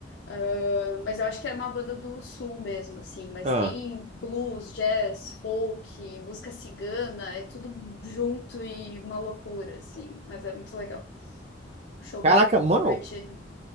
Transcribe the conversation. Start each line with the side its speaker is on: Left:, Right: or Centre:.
Left: Ah, mas eu acho que é uma banda do sul mesmo, assim, mas
Right: Ah.
Left: tem blues, jazz, folk, música cigana, é tudo junto e uma loucura, assim, mas é muito legal. Show
Right: Caraca,
Left: bem
Right: mano,
Left: divertido.